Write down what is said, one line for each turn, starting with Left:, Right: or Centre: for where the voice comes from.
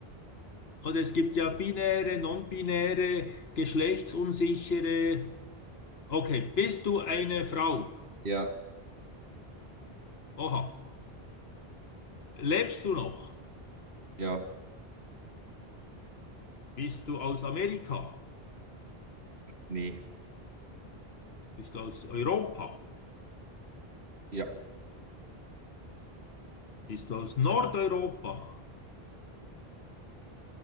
Left: Und es gibt ja binäre, non-binäre, geschlechtsunsichere. Okay, bist du eine Frau?
Right: Ja,
Left: Oha. Lebst du noch?
Right: ja,
Left: Bist du aus Amerika?
Right: nee.
Left: Bist du aus Europa?
Right: Ja,
Left: Bist du aus Nordeuropa?